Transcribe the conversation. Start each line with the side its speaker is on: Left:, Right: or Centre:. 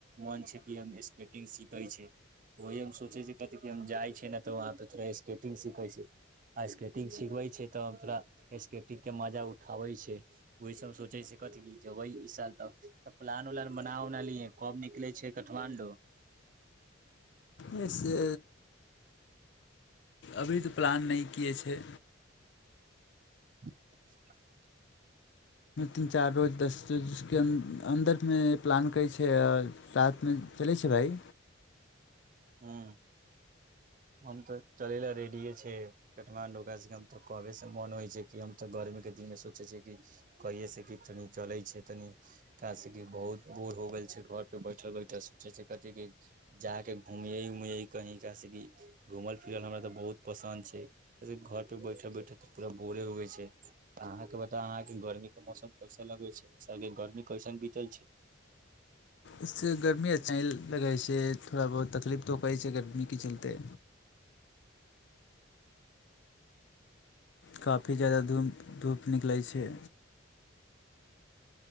Right: मन छै कि हम स्केटिंग सीखै छी ओह सोचै छी कहतै कि हम जाइ छी ने तऽ वहाँपर थोड़ा स्केटिंग सीखै छी आ स्केटिंग सिखबै छै तऽ ोड़ा स् कु के मजा उठाबै छै ओह सब सोचै छै कथ जेबै इ साल तऽ प्लान उलान बना उना लि कब निकलै छै काठमाणं्डू
Left: जसे अभी तऽ प्लान नहि किै छै
Right: ह
Left: तीन चार रोज दस रोजस अन्दरमे प्लान करै छै रथमे चलै छै भाइ
Right: हँ हम तऽ चले ला रेडिये छै काठमां्डू क तऽ कहबे से मन होइ छै कि हम तऽ गर्मी के दिन मे सोचे छिय कि कहिे से कि तनी चले छै तनि क कि बहुत बोर हो गेल छै घर पे बैठल बैठल सोचे छ कथि क जााक घूमिये उमिय कही जैसेेक कि घुमल फिरल हमरा तऽ बहुत पसन्द छै कैसे घर पे बैठल बैठल तऽ पूरा बोरे उगै छै अहाँकेँ बताउ अहाँके गर्मीके मौसम कैसे लगै छैस गर्मी कैसन बीतल छै
Left: इस गर्मी आ चइ लगै छै थोड़ा बहुत तकलीफ तो कैस अकडमी चल त काफी जा्याददा धूप धूप निकलै छै